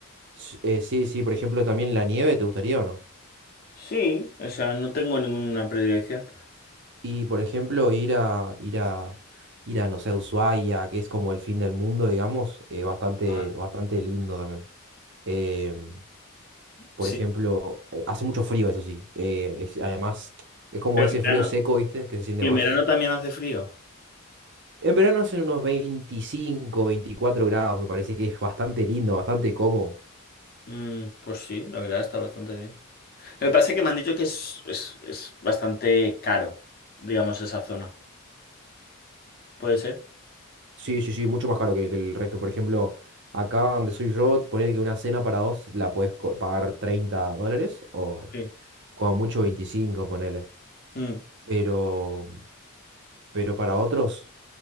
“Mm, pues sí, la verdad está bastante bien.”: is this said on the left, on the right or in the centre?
Left